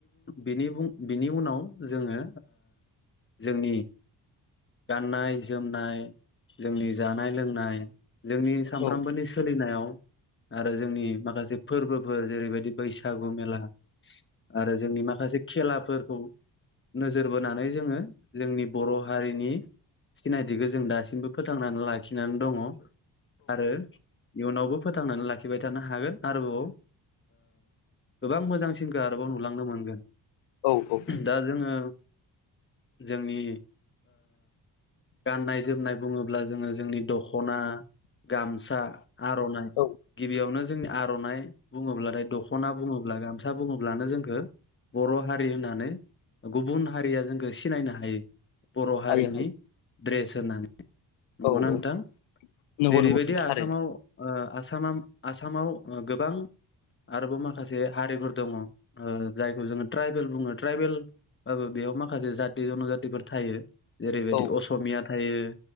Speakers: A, on the left; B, on the left.
A: बिनि बुं बिनि उनाव जोङो जोंनि। गाननाय जोमनाय जोंनि जानाय लोंनाय। जोंनि सामफ्रोमबोनि
B: औ
A: सोलिनायाव आरो जोंनि माखासे फोरबोफोर जेरैबायदि बैसागु मेला आरो जोंनि माखासे खेलाफोर नोजोर बोनानै जोङो जोंनि बर' हारि। सिनायथिखौ जों दासिमबो फोथांनानै लाखिनानै दङ। आरो इयुनावबो फोथांनानै लाखिबाय थानो हागोन आरोबाव। गोबां मोजांसिनखौ आरोबाव नुलांनो मोनगोन
B: औ औ
A: दा जोङो। जोंनि गाननाय जोमनाय बुङोब्ला जोङो जोंनि दखना। गामसा आर'नाइ
B: औ
A: गिबियावनो जोंनि आर'नाइ बुङोब्लाथाय दख'ना बुङोब्ला गामसा बुङोब्लानो जोंखौ बर' हारि होननानै गुबुन हारिया जोंखौ सिनायनो हायो। बर' हारिनि
B: हायो हायो
A: ड्रेस होनानै नंगौना
B: औ औ
A: नोंथां
B: नंगौ
A: जेरैबायदि
B: नंगौ
A: आसामाव
B: थारैनो
A: आसामा आसामाव गोबां आरोबाव माखासे हारिफोर दङ जायखौ जोङो ट्राइबेल बुङो ट्राइबेल बाबो बेयाव माखासे जाथि जनजाति फोर थायो जेरैबायदि
B: औ
A: असमिया थायो